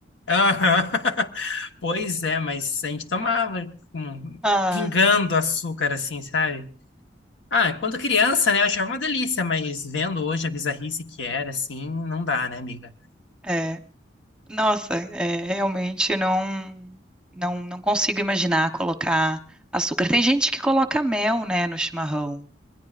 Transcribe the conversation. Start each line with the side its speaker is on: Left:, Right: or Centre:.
Left: Aham. <laughs> Pois é, mas a gente tomava com-
Centre: Ah,
Left: pingando açúcar assim, sabe? Ah, quando criança, né, eu achava uma delícia, mas vendo hoje a bizarrice que era, assim, não dá, né, amiga?
Centre: é. Nossa, é, realmente não, não, não consigo imaginar colocar açúcar. Tem gente que coloca mel, né, no chimarrão.